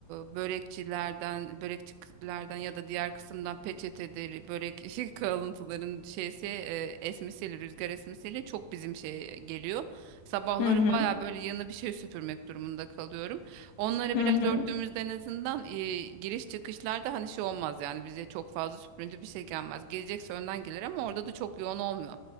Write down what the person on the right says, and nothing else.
e, börekçilerden börekçilerden ya da diğer kısımdan peçeteleri börek <laughs> şey, kalıntıların şeysi e, esmesiyle rüzgar esmesiyle çok bizim şey geliyor. Sabahları
baya böyle yanı bir şey süpürmek durumunda kalıyorum. Onları
biraz
örttüğümüzde en azından e, giriş çıkışlarda hani şey olmaz yani bize çok fazla süprüntü bir şey gelmez. Gelecekse önden gelir ama orada da çok yoğun olmuyor.